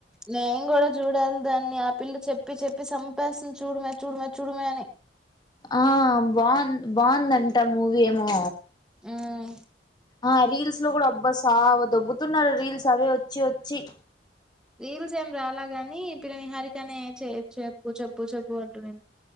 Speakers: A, in the centre; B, on the left.
A: నేం కూడా చూడాలి దాన్ని ఆపిల్లు చెప్ చెప్పి చెప్పి సంపాసిన చూడమే చూడమే చూడమే అని
B: ఆ బాన్ బోన్దంట మూవీ ఏమో
A: మ్
B: ఆ రీల్స్ లో కూడా అబ్బా సావ దబ్బుతున్నారు రీల్స్ అవే వచ్చి చి
A: రీల్స్ ఏం రాలాగాని ఇప్పుడని హరి కానే చేయ్యొచ్చు చెప్పు చెబ్బు చెబు అంటుంది